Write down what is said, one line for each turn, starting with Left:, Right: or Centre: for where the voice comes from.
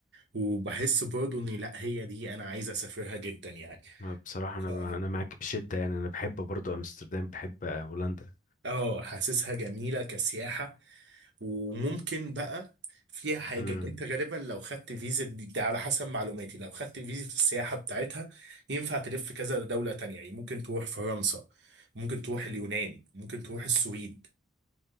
Right: وبحس برضو ان لا هي دي انا عايز اسافرها جدا يعني
Left: ما بصراحة
Right: فعلا
Left: أنا أنا معاك بشدة يعني أنا بحب برضو أمستردام بحب هولندا
Right: اه حاسسها جميلة كسياحة وممكن بقى فيها حاجة
Left: امم
Right: ان انت غالبا لو خدت فيزا دي ده على حسب معلوماتي لو خدت فيزا السياحة بتاعتها ينفع تلف كذا دولة تانية يعني ممكن تروح فرنسا ممكن تروح اليونان ممكن تروح السويد